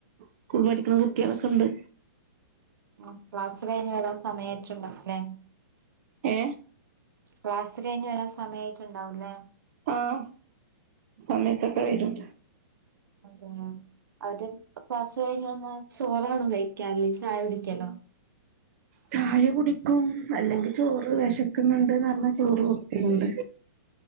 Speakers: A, on the right (about 45°); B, on the right (about 75°).
A: സ്കൂളിൽ പഠിക്കണ കുട്ട്യോളൊക്കെ ഇൻണ്ട്
B: ആ ക്ലാസ് കഴിഞ്ഞ് ഏതാണ്ട് സമയായിട്ടുണ്ടല്ലേ?
A: ഏ,
B: ക്ലാസ് കയിഞ്ഞ് വരാൻ സമയമായിട്ട്ണ്ടാവൂലേ?
A: ആഹ, സമയത്തൊക്കെ വരും.
B: അതെ. അവര് ക്ലാസ് കഴിഞ്ഞു വന്നാൽ ചോറാണോ കഴിക്ക്യ? അല്ലെങ്കി ചായ കുടിക്കലോ?
A: ചായ കുടിക്കും. അല്ലെങ്കിൽ ചോറ് വിശക്കുന്നുണ്ട്ന്ന് പറഞ്ഞാൽ ചോറ് കൊടു ക്കലുണ്ട്,